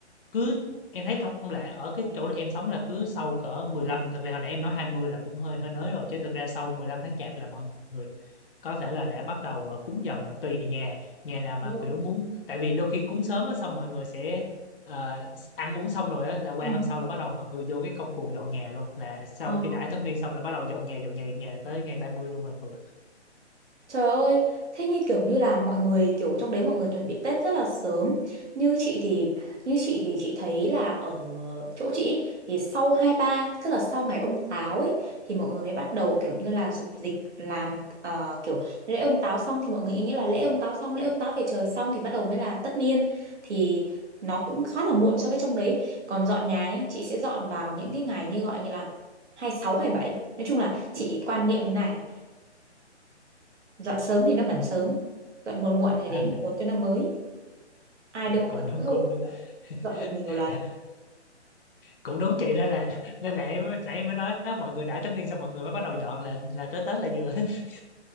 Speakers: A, on the left (about 50°); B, on the right (about 75°).
A: cứ em thấy thông lệ ở cái chỗ em sống là cứ sau cỡ mười lăm thực ra hồi nãy em nói 20 là cũng hơi hơi nới rồi chứ thực ra sau 15 tháng chạp là mọi người có thể là để bắt đầu ờ, cúng dần rồi tùy nhà nhà nào mà
B: đúng rồi.
A: kiểu muốn tại vì đôi khi cúng sớm á xong mọi người sẽ ờ, ăn uống xong rồi á là qua
B: Ừ.
A: hôm sau là bắt đầu mọi người vô cái công cuộc dọn nhà luôn là sau
B: Ờ.
A: khi đãi tân niên xong là bắt đầu dọn nhà dọn nhà dọn nhà tới ngày ba mươi luôn là vừa
B: Trời ơi, thế như kiểu như là mọi người kiểu trong đấy mọi người chuẩn bị Tết rất là sớm. Như chị thì như chị thì chị thấy là ở chỗ chị ý, thì sau hai ba, tức là sau ngày ông Táo ấy thì mọi người mới bắt đầu kiểu như là dục dịch làm ờ, kiểu lễ ông Táo xong thì mọi người nghĩ là lễ ông Táo xong, lễ ông Táo về trời xong thì bắt đầu mới là tất niên thì nó cũng khá là muộn so với trong đấy. Còn dọn nhà nhá, chị sẽ dọn vào những cái ngày như gọi như là 26, bảy. Nói chung là chị quan niệm này dọn sớm thì nó bẩn sớm dọn muộn muộn này đến
A: <laughs>
B: một cho nó mới ai đâu
A: cũng
B: mà
A: đúng
B: dỗi hơi
A: cũng
B: mà
A: đúng
B: dọn, dọn được nhiều
A: <laughs>
B: lần
A: cũng đúng chị nên là nên là em nãy mới nói á, mọi người đãi tân niên xong mọi người mới bắt đầu dọn là là tới Tết là vừa <laughs>